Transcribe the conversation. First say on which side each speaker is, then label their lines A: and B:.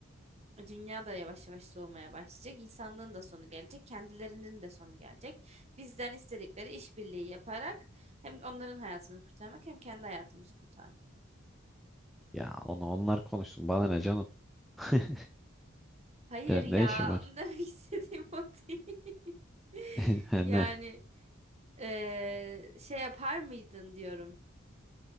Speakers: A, on the right; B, in the centre.
A: Dünya da yavaş yavaş soğumaya başlayacak. İnsanlığın da sonu gelecek. Kendilerinin de sonu gelecek. Bizden istedikleri işbirliği yaparak hem onların hayatını kurtarmak hem kendi hayatımızı kurtarmak.
B: Ya onu onlar konuşsun. Bana ne canım? <laughs>
A: Hayır
B: Benim
A: ya,
B: ne işim var?
A: onu <laughs> demek istediğim o değil. <laughs>
B: <laughs>
A: Yani
B: Ne?
A: eee, şey yapar mıydın diyorum.